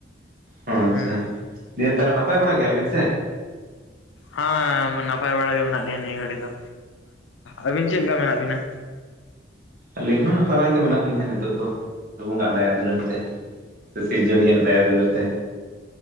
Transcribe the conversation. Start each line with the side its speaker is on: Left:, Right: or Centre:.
Right: ᱚ ᱟᱪᱪᱷᱟ
Left: ᱦᱩᱸ
Right: ᱫᱤᱭᱮ ᱛᱟᱦᱚᱞᱮ ᱱᱟᱯᱟᱭ ᱵᱟᱲᱟ ᱜᱮᱭᱟᱵᱤᱱ ᱥᱮ?
Left: ᱦᱮᱸ ᱱᱟᱯᱟᱭ ᱵᱟᱲᱟ ᱜᱮ ᱢᱮᱱᱟᱜ ᱞᱮᱭᱟ ᱱᱤᱭᱟᱹ ᱜᱷᱟᱹᱲᱤ ᱫᱚ᱾ ᱟᱹᱵᱤᱱ ᱪᱮᱫ ᱞᱮᱠᱟ ᱢᱮᱱᱟᱜ ᱵᱤᱱᱟ?
Right: ᱟᱹᱞᱤᱧ ᱦᱚᱸ ᱱᱟᱯᱟᱭ ᱜᱮ ᱢᱮᱱᱟᱜ ᱞᱤᱧᱟᱹ ᱱᱤᱛᱚᱜ ᱫᱚ᱾ ᱵᱚᱸᱜᱟ ᱫᱟᱭᱟ ᱫᱩᱞᱟᱹᱲ ᱛᱮ᱾ ᱥᱮ ᱥᱤᱨᱡᱚᱱᱤᱭᱟᱜ ᱫᱟᱭᱟ ᱫᱩᱞᱟᱹᱲ ᱛᱮ᱾